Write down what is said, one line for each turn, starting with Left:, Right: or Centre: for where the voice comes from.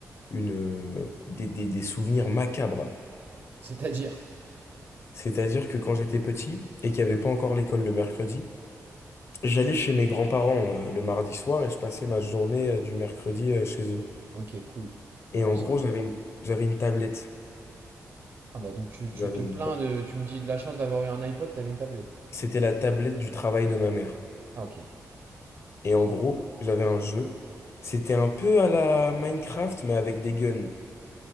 Left: une, des, des, des souvenirs macabres.
Right: C'est-à-dire.
Left: C'est-à-dire que quand j'étais petit et qu'il n'y avait pas encore l'école le mercredi, j'allais chez mes grands-parents euh, le mardi soir et je passais ma journée euh, du mercredi euh, chez eux.
Right: Ok, cool.
Left: Et
Right: En
Left: en
Right: vrai, sympa.
Left: gros, j'avais une, j'avais une tablette.
Right: Ah bah, donc tu, tu
Left: J'avais
Right: te
Left: une
Right: plains
Left: ta-
Right: de. Tu me dis de la chance d'avoir eu un iPod, t'avais une tablette.
Left: C'était la tablette du travail de ma mère.
Right: Ah, ok.
Left: Et en gros, j'avais un jeu. C'était un peu à la Minecraft, mais avec des guns.